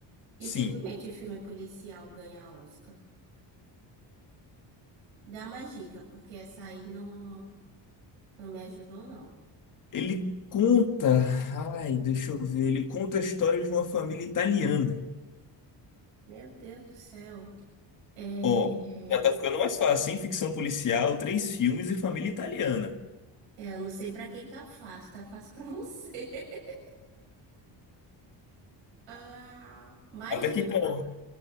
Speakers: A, on the right (about 85°); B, on the left (about 45°).
A: Dificilmente
B: Sim.
A: filme policial ganha Oscar. Dá mais dica, porque essa aí não, não me ajudou, não.
B: Ele conta, ai, deixa eu ver, ele conta a história de uma família italiana.
A: Meu Deus do céu. É,
B: Ó,
A: é,
B: já tá ficando mais fácil, hein? Ficção policial, três filmes e família italiana.
A: é, eu não sei pra quem tá fácil, tá fácil pra você. <laughs> Ah, mais
B: Até que
A: dica.
B: então,